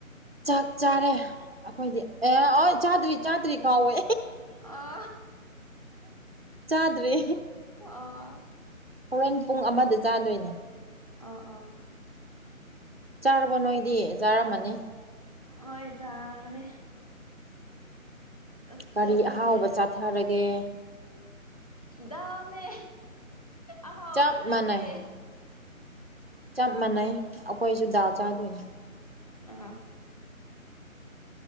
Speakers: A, on the right; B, on the left.
A: ꯆꯥꯛ ꯆꯥꯔꯦ ꯑꯈꯣꯏꯗꯤ ꯑꯦ ꯍꯣꯏ ꯆꯥꯗ꯭ꯔꯤ ꯆꯥꯗ꯭ꯔꯤ ꯀꯥꯎꯋꯦ
B: ꯑ
A: ꯆꯥꯗ꯭ꯔꯤ
B: ꯑꯣ
A: ꯍꯣꯔꯦꯟ ꯄꯨꯡ ꯑꯃꯗ ꯆꯥꯗꯣꯏꯅꯦ
B: ꯑ ꯑꯥ
A: ꯆꯥꯔꯕꯣ ꯅꯣꯏꯗꯤ ꯆꯥꯔꯝꯃꯅꯤ
B: ꯍꯣꯏ ꯆꯥꯔꯦ ꯆꯛ
A: ꯀꯔꯤ
B: ꯆꯥꯕ
A: ꯑꯍꯥꯎꯕ
B: ꯂꯣꯏꯔꯒ
A: ꯆꯥꯊꯔꯒꯦ
B: ꯗꯝꯃꯦ ꯑꯍꯣꯕ
A: ꯆꯞ
B: ꯅꯠꯇꯦ
A: ꯃꯥꯟꯅꯩ ꯆꯞ ꯃꯥꯟꯅꯩ ꯑꯈꯣꯏꯁꯨ ꯗꯥꯜ ꯆꯥꯗꯣꯏꯅꯤ
B: ꯎꯝ